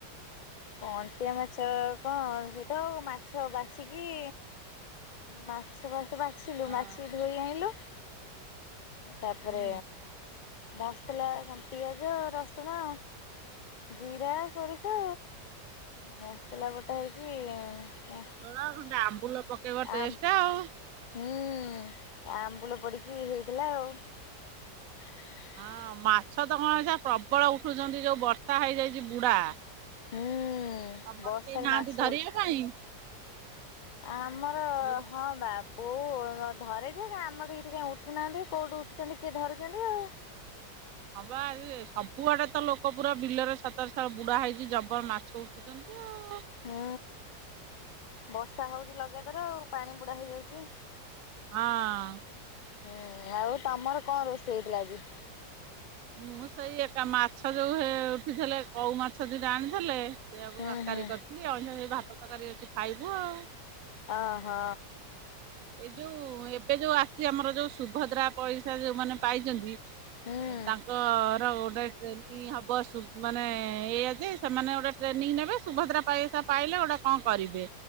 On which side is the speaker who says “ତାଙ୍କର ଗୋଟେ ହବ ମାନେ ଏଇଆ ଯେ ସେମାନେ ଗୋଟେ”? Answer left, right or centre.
Right